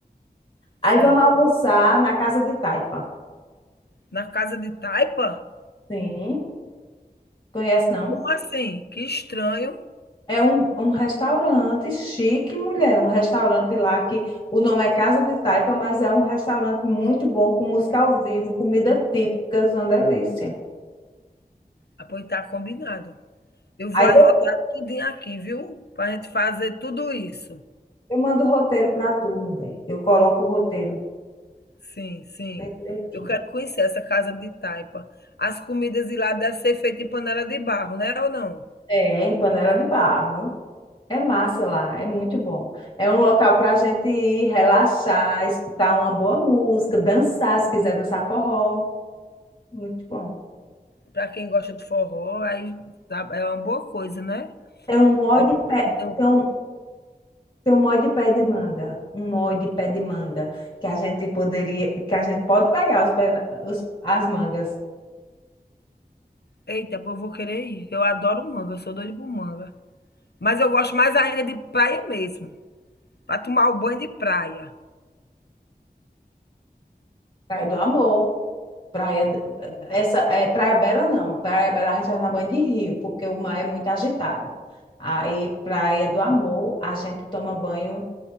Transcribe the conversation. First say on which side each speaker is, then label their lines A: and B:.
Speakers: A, on the left; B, on the left.
A: Aí
B: certo.
A: vamos almoçar na casa de Taipa.
B: Na casa de taipa?
A: Sim, conhece não?
B: Como assim? Que estranho.
A: É um, um restaurante chique, mulher. Um restaurante lá que o nome é Casa de Taipa, mas é um restaurante muito bom, com música ao vivo, comida típica, uma delícia.
B: Ah, pois tá combinado. Eu vou
A: Aí
B: anotar
A: depois
B: tudinho aqui, viu? Para a gente fazer tudo isso.
A: eu mando o roteiro para tu, mulher. Eu coloco o roteiro
B: Sim, sim.
A: bem direitinho.
B: Eu quero conhecer essa casa de taipa. As comidas de lá devem ser feitas em panela de barro, né, ou não?
A: É, em Panela de Barro. hein? É massa lá, é muito bom. É um local para a gente ir relaxar, escutar uma boa música, dançar, se quiser dançar forró. Muito bom.
B: Para quem gosta de forró, aí tá é uma boa coisa, né.
A: Tem um monte
B: Eu
A: de, pe...
B: então
A: Tem um Tem um molde de pé de manga, um molde de pé de manga que a gente poderia, que a gente pode pegar os, pé- os- as mangas.
B: eita, pô, eu vou querer ir. Eu adoro manga, eu sou doida por manga. Mas eu gosto mais ainda de praia mesmo, para tomar o banho de praia.
A: Praia do Amor, praia d-
B: Pronto.
A: essa é Praia Bela não, Praia Bela a gente vai tomar banho de rio, porque o mar é muito agitado. Aí Praia do Amor, a gente toma banho,